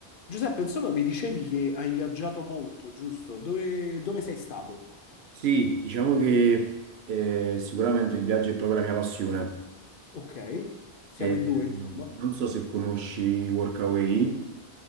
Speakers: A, on the left; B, on the right.
A: Giuseppe, insomma, mi dicevi che hai viaggiato molto, giusto? Dove, dove sei stato?
B: Sì, diciamo che eh, sicuramente il viaggio è proprio la mia passione.
A: Ok, siamo
B: Eh,
A: in due, insomma.
B: non so se conosci Workaway.